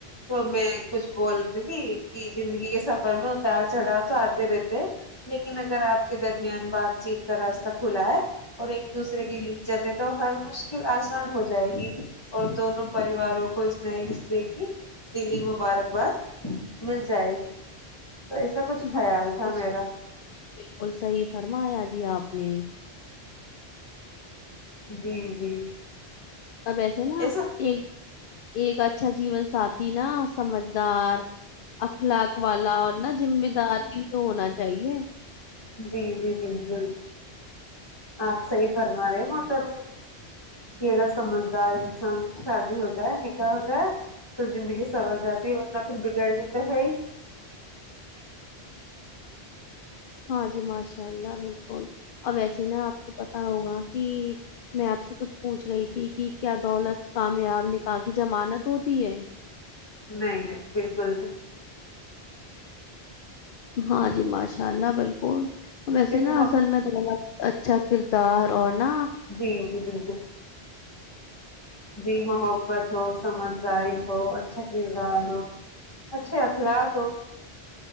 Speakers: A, on the left; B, on the left.
A: تو میں کچھ بولتی تھی کہ زندگی کے سفر میں اتار چڑھاؤ تو آتے رہتے ہے لیکن اگر آپ کے درمیان بات چیت کا راستہ کھلا ہے اور ایک دوسرے کی لیے عزت تو ہر مشکل آسان ہو جائے گی اور دونوں پریوار مبارک ہو اس نئے رشتے کی دلی مبارکباد مل جائے گی تو ایسا کچھ خیال
B: ہاں
A: تھا میرا
B: بالکل صحیح فرمایا جی آپ نے
A: جی جی
B: اب ایسے نا
A: ایسا
B: ایک ایک اچھا جیون ساتھی نا سمجھدار اخلاق والا اور نا ذمہ داری بھی تو ہونا چاہیے
A: جی جی بالکل آپ صحی فرما رہے محترمہ کہ اگر سمجدار انسان شادی ہو جائے نکاح ہو جائے تو زندگی سنور جاتی ہے ورنہ پھر بگڑنی تو ہے ہی
B: ہاں جی ماشاء اللہ بالکل اب ایسے نا آپ کو پتا ہوگا کہ میں آپ سے کچھ پوچھ رہی تھی کہ کیا دولت کامیاب نکاح کی ضمانت ہوتی ہے
A: نہیں نہیں بالکل نہیں
B: ہاں جی ماشاء اللہ بالکل ویسے
A: کیونکہ
B: نا اصل میں تو ب اچھا کردار اورنا
A: جی جی بالکل جی محبت ہو سمجھداری ہو اچھا کردار ہو اچھے اخلاق ہو